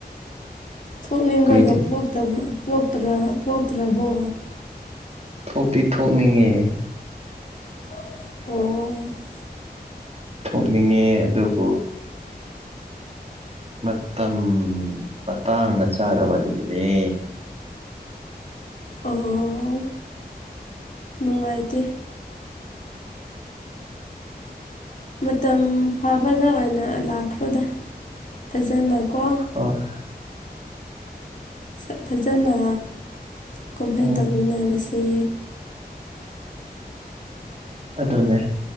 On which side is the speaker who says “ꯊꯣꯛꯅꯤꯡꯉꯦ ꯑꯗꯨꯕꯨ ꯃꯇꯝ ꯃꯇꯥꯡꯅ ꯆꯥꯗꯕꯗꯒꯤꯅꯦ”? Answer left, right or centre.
Right